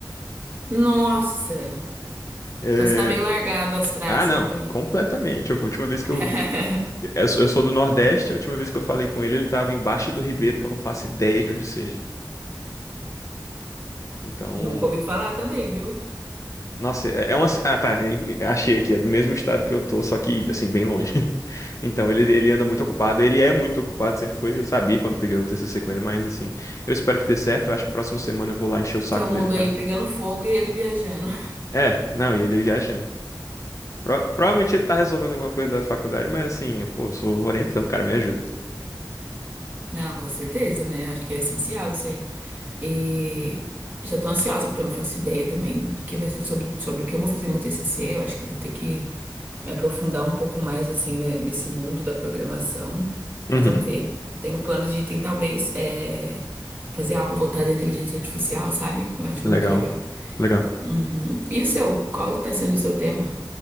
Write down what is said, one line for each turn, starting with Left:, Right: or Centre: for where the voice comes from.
Right: Nossa,
Left: É,
Right: então você tá meio largado as traças
Left: Ah, não,
Right: aí.
Left: completamente. Eu- A última vez
Right: <laughs>
Left: que eu, fui- eu sou eu sou do Nordeste, a última vez que eu falei com ele, ele tava em Baixa do Ribeiro, que eu não faço ideia de onde seja. Então,
Right: Nunca ouvi falar também, viu?
Left: Nossa, é é uma. ci- Ah, tá. em- Achei aqui. É do mesmo estado que eu tô, só que, assim, bem longe. <laughs> Então, ele, ele anda muito ocupado. Ele é muito ocupado, sempre foi. Eu sabia quando peguei o TCC com ele, mas, assim, eu espero que dê certo. Eu acho que próxima semana eu vou lá encher o saco
Right: Seu mundo
Left: dele pra.
Right: aí pegando fogo e ele viajando.
Left: É, não, e ele viajando. Pro- Provavelmente ele tá resolvendo alguma coisa da faculdade, mas, assim, pô, eu sou orientando, o cara, me ajuda.
Right: Não, com certeza, né? Acho que é essencial isso aí. E já tô ansiosa, porque eu não faço ideia também do que vai ser sobre, sobre o que eu vou fazer no meu TCC. Eu acho que eu vou ter que me aprofundar um pouco mais, assim, ne- nesse mundo da programação.
Left: Uhum,
Right: Mas vamos ver. Eu Tenho planos de, tem, talvez, é, fazer algo voltado à inteligência artificial, sabe? Eu acho
Left: legal.
Right: muito legal.
Left: Legal.
Right: Uhum. E o seu? Qual está sendo o seu tema?